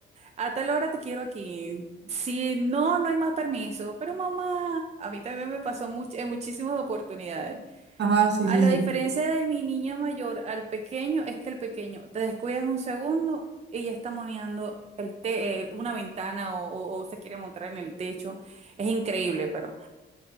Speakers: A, on the right (about 35°); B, on the right (about 60°).
A: a tal hora te quiero aquí. Si no, no hay más permiso. Pero mamá, a mí también me pasó much- en muchísimas oportunidades.
B: Ajá, sí,
A: A
B: sí,
A: la
B: sí.
A: diferencia de mi niña mayor al pequeño, es que el pequeño te descuidas un segundo y ya está moneando el te- eh, una ventana o, o- o se quiere montar en el techo. Es increíble, pero